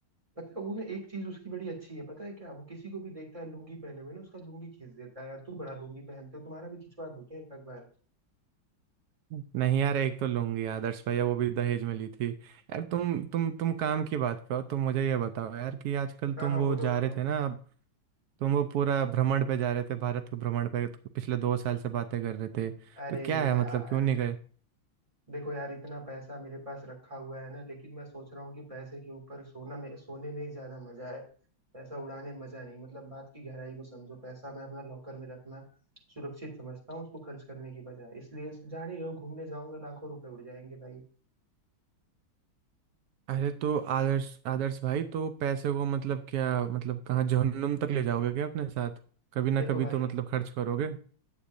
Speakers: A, on the right; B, on the right.
A: पता है वो ना एक चीज उसकी बड़ी अच्छी है पता है क्या वो किसी को भी देखता है लुंगी पहने हुए ना उसका लुंगी खींच देता है यार तुम बड़ा लुंगी पहनते हो तुम्हारा भी खिंचवा दो क्या एक आध बार
B: नहीं यार एक तो लूंगी आदर्श भैया वो भी दहेज में ली थी यार तुम तुम तुम काम की बात करो तुम मुझे ये बताओ यार कि आजकल तुम
A: हाँ हाँ
B: वो
A: बोलो
B: जा
A: बोलो
B: रहे थे ना तुम वो पूरा भ्रमण पे जा रहे थे भारत के भ्रमण पे तो पिछले दो साल से बातें कर रहे थे तो
A: अरे
B: क्या है
A: यार
B: मतलब क्यों नहीं गए
A: देखो यार इतना पैसा मेरे पास रखा हुआ है ना लेकिन मैं सोच रहा हूँ कि पैसे के ऊपर सोना में सोने में ही ज्यादा मजा है पैसा उड़ाने में मजा नहीं मतलब बात की गहराई को समझो पैसा मैं अपना लॉकर में रखना सुरक्षित समझता हूँ उसको खर्च करने की बजाय इसलिए जान ही रहो घूमने जाऊंगा लाखों रुपए उड़ जाएंगे भाई
B: अरे तो आदर्श आदर्श भाई तो पैसे को मतलब क्या मतलब कहाँ जहन्नुम तक ले जाओगे क्या अपने साथ कभी ना
A: देखो
B: कभी
A: भाई
B: तो मतलब खर्च करोगे अरे